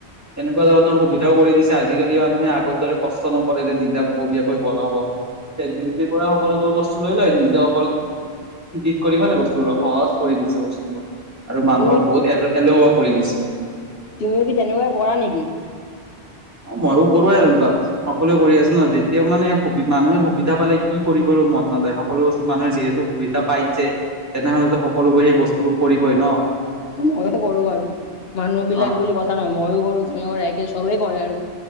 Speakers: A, on the right; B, on the left.
A: এনেকুৱা ধৰণৰ সুবিধাও কৰি দিছে আজিকালি। মানুহে আগৰ দৰে কষ্ট নকৰে যে নিজাববীয়াকৈ বনাব- চেট জি পি টিৰ পৰা সকলোবোৰ বস্তু লৈ লয় নিজে অকল- ইডিট কৰি পেলাই বস্তুবোৰ সহজ কৰি দিছে বস্তুবোৰ- আৰু মানুহক
B: তুমি
A: বহুত এ এলেুৱা কৰি দিছে-
B: তুমিও কি তেনেকুৱা কৰা নেকি?
A: অ মইয়ো কৰো এনেকুৱা সকলোৱে কৰি আছে ন যেতিয়া মানে মানুহে মানুহে সুবিধা পালে কি কৰিব- মন নাযায় সকলো বস্তু মানুহে যিহেতু সুবিধা পাইছে তেনেহলেতো সকলোবোৰ সেই বস্তুবোৰ কৰিবই ন-
B: ময়ো কৰো বাৰু মানুহ বিলাক
A: অ।
B: বুলি কথা নহয় ময়ো কৰো তুমিও কৰা একে চবেই- কৰে আৰু